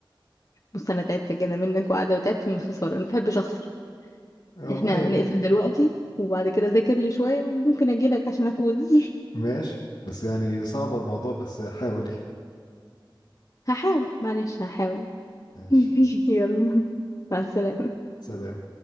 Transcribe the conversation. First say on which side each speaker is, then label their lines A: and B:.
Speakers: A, on the left (about 40°); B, on the left (about 65°).
A: بص انا تعبت كده منك وقاعده وتعبت من الخساره انا بحبش اخسر
B: والله
A: احنا نقفل دلوقتي وبعد كده ذاكر لي شويه وممكن اجيلك عشان افوز <laughs>
B: ماشي بس يعني صعب الموضوع بس حاولي
A: هحاول معلش هحاول
B: ماشي
A: <laughs> يلا مع السلامه
B: سلام